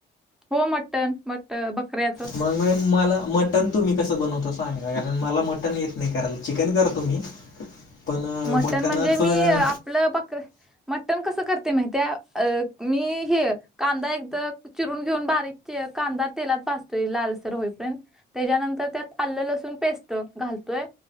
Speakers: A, in the centre; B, on the left (about 65°).
A: हो मटन मट बकऱ्याचं.
B: मग म मला मटन तुम्ही कसं बनवता सांगा कारण मला मटन येत नाही करायला चिकन करतो मी. <unintelligible>
A: मटण
B: मटणाचं
A: म्हणजे मी आपलं बकर मटण कसं करते माहित्या अ मी हे कांदा एकदा चिरून घेऊन बारीक कांदा तेलात भाजतोय लालसर होईपर्यंत. त्याच्यानंतर त्यात आलं लसूण पेस्ट घालतोय